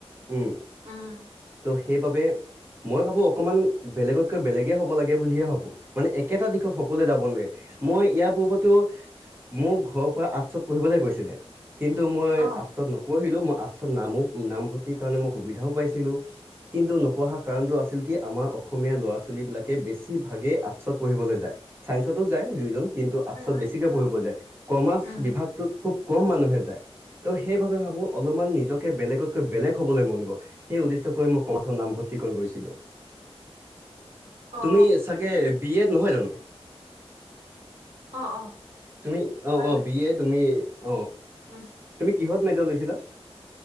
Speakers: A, on the right; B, on the right.
A: উম
B: উম
A: ত সেইবাবে মই ভাবো অকণমান বেলেগতকৈ বেলেগে হ'ব লাগে বুলিহে ভাবো মানে একেটা দিশ অকলে যাব নালাগে মই ইয়াৰ পূৰ্বতও মোক ঘৰৰ পৰা আৰ্টছত পঢ়িবলৈ কৈছিলে। কিন্তু মই
B: অ
A: আৰ্টছ ত নপঢ়িলো মই আৰ্টছত নামো নামভৰ্তিৰ কাৰণে মই সুবিধাও পাইছিলো কিন্তু নপঢ়া কাৰণটো আছিল কি আমাৰ অ অসমীয়া ল'ৰা ছোৱালী বিলাকে বেছি ভাগে আৰ্টছত পঢ়িবলে যায় চাইন্সটো যায় ৰিজন কিন্তু
B: হয়
A: আচল
B: হয়
A: বেছিকে
B: উম
A: পঢ়িব যায় কমাৰ্চ
B: উম
A: বিভাগটোত খুব কম মানুহে যায়। ত' সেই বাবে ভাবো অলপমান নিজকে বেলেগতকৈ বেলেগ হ'বলে মন গ'ল সেই উদ্দেশ্যক লৈ মই কমাৰ্চত নামভৰ্তি টি কৰণ কৰিছিলোঁ।
B: অ
A: তুমি চাগে বি এট নহয় জানো?
B: অ অ
A: তুমি অ
B: হয়
A: অ
B: হয়
A: বি এ তুমি অ
B: উম
A: তুমি কিহত মেজৰ লৈছিলা